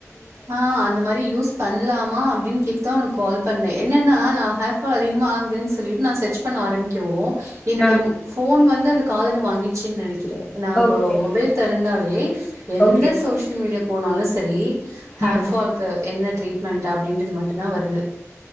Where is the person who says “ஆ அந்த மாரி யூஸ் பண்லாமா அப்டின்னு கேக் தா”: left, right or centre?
Right